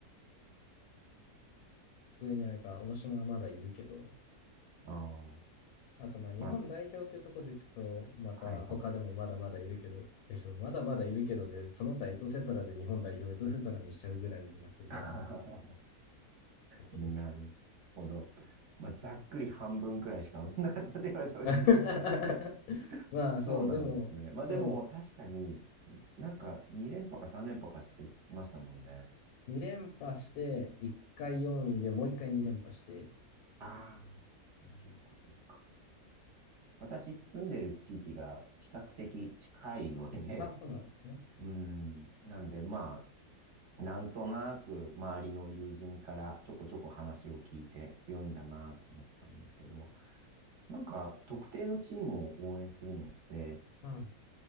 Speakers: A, on the left; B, on the right.
A: 普通にあれか、大島はまだいるけど、
B: ああ、
A: あとまあ日本代表っていうところでいくと、
B: まあ、
A: また他でもまだまだいるけどって人もまだまだいるけどで、
B: はいはい。
A: その他エトセトラで日本代表エトセトラにしちゃうぐらいになってるから、
B: <laughs>
A: あれですけど。
B: なるほど。まあ、ざっくり半分くらいしか分かん <laughs> なかったっていうのは正直なところなんですけど。
A: <laughs> まあそう、
B: そうなんですね。
A: でもそ
B: まあでも確かになんか2連覇か3連覇かしてましたもんね。
A: う、2連覇して、1回4位でもう1回2連覇して
B: ああ、
A: ですね。
B: そういうことか。私住んでる地域が比較的近いので、
A: ああ、そうなんですね。
B: <laughs> うん、なんでまあ、なんとなく周りの友人からちょこちょこ話を聞いて強いんだなと思ってたんですけど、なんか特定のチームを応援するのって
A: はい。い